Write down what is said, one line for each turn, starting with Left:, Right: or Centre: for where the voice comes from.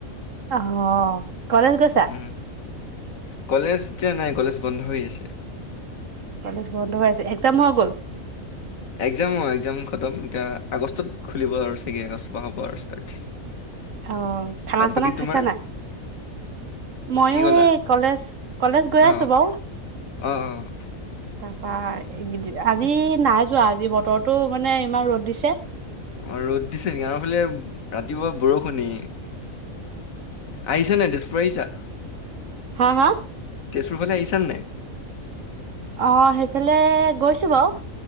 Right: অ'। কলেজ গৈছা।
Left: উম, কলেজ এতিয়া নাই, কলেজ বন্ধ হৈ আছে।
Right: কলেজ বন্ধ হৈছে একদম হৈ গ'ল?
Left: একজাম অ' একজাম খতম এতিয়া আগষ্টত খুলিব আৰু চাগে আগষ্টৰ পৰা হ'ব আৰু ষ্টাৰ্ট
Right: অ' খানা-চানা
Left: আৰু বাকী
Right: খাইছা
Left: তোমাৰ
Right: নাই, ময়ো
Left: কি ক'লা?
Right: সেই কলেজ কলেজ গৈ
Left: অ'
Right: আছো বাৰু
Left: অ' অ'
Right: তাৰপা এই আজি নাই যোৱা, আজি বতৰৰতো মানে ইমান ৰ'দ। দিছে
Left: অ'ৰ'দ দিছে নেকি, আমাৰ ফালে ৰাতিপুৱা বৰষুণেই আহিছা নাই, তেজপুৰ আহিছা?
Right: হা-হা
Left: তেজপুৰ ফালে আহিছা নে?
Right: অ' সেইফালে গৈছো বাৰু